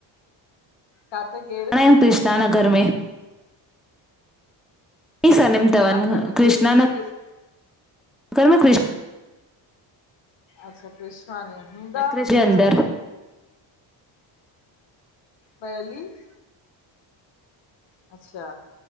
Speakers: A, on the left (about 65°); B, in the centre.
A: काथे केर?
B: हाणे कृष्णा नगर में। ई सरनेम
A: अच्छा कृष्णा
B: तवन
A: नगर में के
B: कृष्णान
A: किथे कहिड़ी
B: घर में ख़ुशि
A: अच्छा कृष्णवानी हूंदा
B: कृष जे अंदर
A: हं। पली <unintelligible> अच्छा